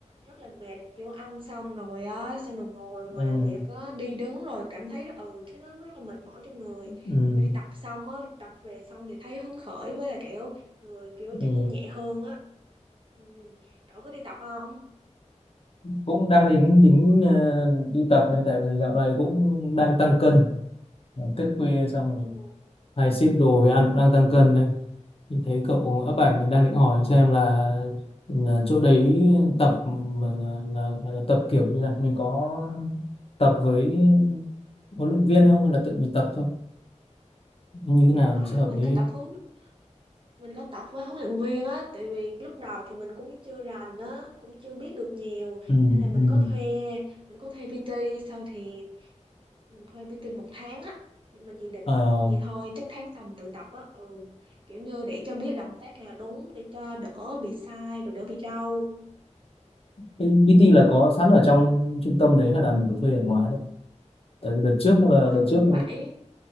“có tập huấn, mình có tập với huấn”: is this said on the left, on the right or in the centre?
Right